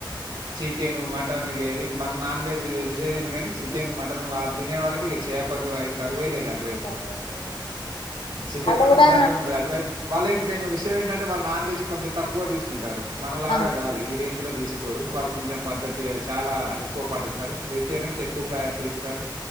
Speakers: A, on the right; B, on the left.
A: చికెను మాట్ ఇక ఏది మన నాన్ వెజ్ వెజటేరియన్ కానీ చికెన్ మటన్ తినే వాళ్ళకి ఇక చేపలు ఐ కరువే లేదు అటువైపు
B: సరేలే
A: చికెన్
B: వాళ్ళు
A: మటన్
B: కూడా
A: జనరల్ గా ఉంటంది అటువైపు వాళ్ళు ఇంకా ఇంక విషయం ఏంటంటే వాళ్ళు నాన్ వెజ్ కొంచెం తక్కువ తీసుకుంటారు మనలాగా
B: ఆ
A: కాదు ఈ రేంజ్ లో తీసుకు కోరు వాళ్ళు కొంచెం పద్ధతి చాలా ఎక్కువ పాటిస్తారు వెజిటేరియన్ కి ఎక్కువ ప్రయారిటీ ఇస్తారు